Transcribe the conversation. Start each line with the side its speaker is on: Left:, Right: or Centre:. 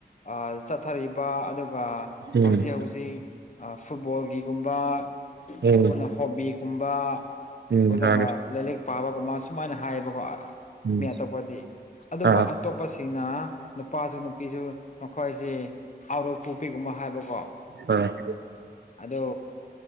Left: ꯑꯥ‌ ꯆꯠꯊꯔꯤꯕ ꯑꯗꯨꯒ
Right: ꯎꯝ
Left: ꯍꯧꯖꯤꯛ ꯍꯧꯖꯤꯛ ꯐꯨꯠꯕꯣꯜꯒꯤꯒꯨꯝꯕ ꯑꯩꯈꯣꯏꯅ
Right: ꯎꯝ
Left: ꯍꯣꯕꯤꯒꯨꯝꯕ
Right: ꯎꯝ
Left: ꯑꯗꯨꯒ
Right: ꯃꯥꯅꯦ
Left: ꯂꯥꯏꯂꯤꯛ ꯄꯥꯕꯒꯨꯝꯕ ꯁꯨꯃꯥꯏꯅ ꯍꯥꯏꯌꯦꯕꯀꯣ
Right: ꯎꯝ
Left: ꯃꯤ ꯑꯇꯣꯞꯄꯗꯤ ꯑꯗꯨꯒ
Right: ꯑꯥ
Left: ꯑꯇꯣꯞꯄꯁꯤꯡꯅ ꯅꯨꯄꯥꯁꯨ ꯅꯨꯄꯤꯁꯨ ꯃꯈꯣꯏꯖꯦ ꯑꯥꯎꯠ ꯑꯣꯐ ꯄꯣꯛꯄꯤꯒꯨꯝꯕ ꯍꯥꯏꯕꯀꯣ
Right: <unintelligible>
Left: ꯑꯗꯣ